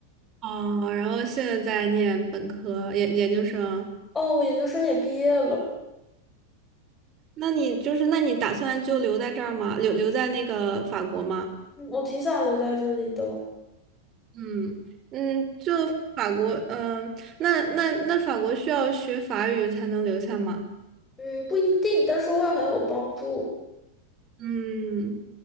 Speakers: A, on the right; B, on the left.
A: 哦，然后现在在念本科研研究生。
B: 哦，我研究生也毕业了，
A: 那你就是，那你打算就留在这儿吗？留留在那个法国吗？
B: 嗯我挺想留在这里的。
A: 嗯嗯，法国，嗯、那那那法国需要学法语才能留下吗？
B: 嗯，不一定，但是会很有帮助。
A: 嗯